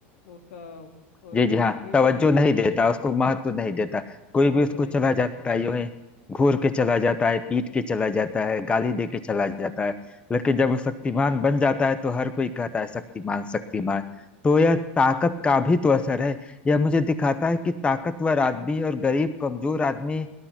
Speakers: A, on the left; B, on the left.
A: उसका
B: जी जी हाँ
A: ट्रीट
B: तवज्जो
A: नहीं किया
B: नहीं
A: कर
B: देता उसको महत्व नहीं देता
A: महत्व
B: कोई भी उसको
A: नहीं
B: चला
A: मिलता
B: जाता
A: है
B: है यूं ही घूर के चला जाता है पीट के चला जाता है गाली दे के चला जाता है लेकिन जब वो शक्तिमान बन जाता है तो हर कोई कहता है शक्तिमान शक्तिमान तो यह ताकत का भी तो असर है यह मुझे दिखाता है कि ताकतवर आदमी और गरीब कमजोर आदमी